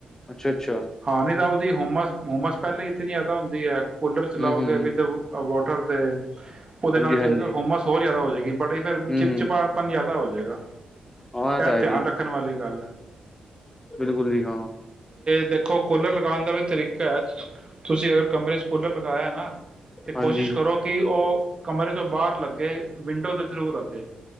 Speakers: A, on the left (about 20°); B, on the right (about 35°).
A: ਅੱਛਾ ਅੱਛਾ
B: ਹਾਂ ਨਹੀਂ ਤਾਂ ਉਹ ਦੀ ਹੋਮਸ ਹੋਮਸ ਪਹਿਲਾਂ ਹੀਂ ਇਨੀ ਜ਼ਿਆਦਾ ਹੁੰਦੀ ਏ। ਕੂਲਰ
A: ਹਮ
B: ਚਲਾਓਗੇ
A: ਹਮ
B: ਵਿਦ ਵ <unintelligible> ਉਹਦੇ
A: ਹਾਂਜੀ
B: ਨਾਲ ਕੀ
A: ਹਾਂਜੀ
B: ਹੋਏਗਾ ਹੋਮਸ ਹੋਰ ਜ਼ਿਆਦਾ ਹੋ ਜਾਏਗਾ ਬੜੇ ਫੇਰ
A: ਹਮ
B: ਚਿਪ
A: ਹਮ
B: ਚਿਪਾਪਨ ਜ਼ਿਆਦਾ ਹੋ ਜਾ ਜਗਾ
A: ਹਾਂ ਤਾਂ
B: ਇਹ
A: ਹੈ
B: ਧਿਆਨ
A: ਜੀ
B: ਰੱਖਣ ਵਾਲੀ ਗੱਲ ਏ।
A: ਬਿਲਕੁਲ ਜੀ ਹਾਂ।
B: ਦੇਖੋ ਕੂਲਰ ਲਗਾਉਣ ਦਾ ਵੀ ਤਰੀਕਾ ਏ ਤੁਸੀਂ ਅਗਰ ਕਮਰੇ ਚ ਕੂਲਰ ਲਗਾਇਆ ਏ ਨਾ ਤੇ
A: ਹਾਂਜੀ
B: ਕੋਸ਼ਿਸ਼ ਕਰੋ ਕਿ ਉਹ ਕਮਰੇ ਤੋਂ ਬਾਹਰ ਲੱਗੇ ਵਿੰਡੋ ਦੇ ਥਰੂ ਲੱਗੇ।